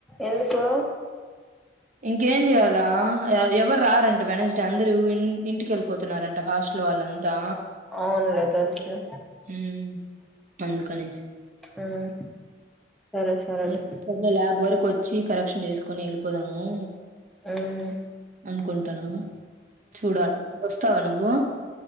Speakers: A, in the centre; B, on the right (about 45°).
A: ఎందుకు
B: ఇంకేం చేయాలి మ రా ఎవరు రారంటే వెనస్డే అందరు ఇంటికెళ్ళిపోత్ తున్నారంట హాస్టల్ వాళ్ళంతా
A: అవునులే తెలుసులే
B: ఉహ్మ్ అందుకనేసి
A: ఆహ్ సరే సరేలే
B: నెక్స్ట్ సారి ల్యాబ్ వరకు ఒచ్చి కరెక్షన్ చేసుకొని ఎళ్ళిపోదాము.
A: అహ్
B: అనుకుంటనా చూడాల వత్తవ నువ్వు